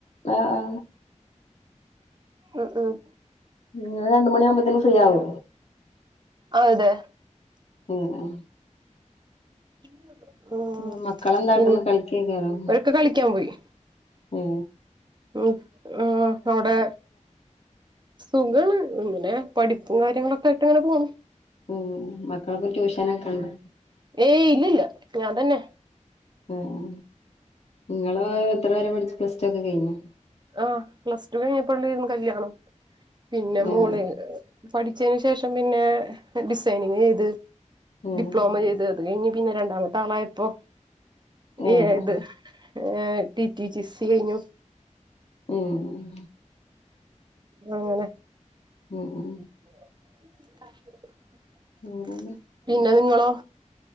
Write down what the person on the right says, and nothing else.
ഉം ഉം
ആ ഇതെ
<inaudible>
പിൻ
അവരൊക്കെ കളിക്കാൻ പോയി
ഉം ആ അവടെ സുഖണ് ഇങ്ങനെ പഠിപ്പും കാര്യങ്ങളൊക്കായിട്ട് ഇങ്ങനെ പോണ്
ഏയ് ഇല്ലല്ല ഞാൻ തന്നെ
ആഹ് പ്ലസ് ടു കഴിഞ്ഞപ്പണ്ടേന്നു കല്ല്യാണം പിന്നെ
മോള് പഠിച്ചയിന് ശേഷം പിന്നെ ഡിസൈനിംഗ് ചെയ്ത്
ഡിപ്ലോമ ചെയ്ത് അത് കഴിഞ്ഞ് പിന്നെ രണ്ടാമത്തെ ആളായപ്പോ
ഏത് ഏ ടി റ്റി ടി സി കഴിഞ്ഞു
അങ്ങനെ
<inaudible>
പിന്നെ നിങ്ങളോ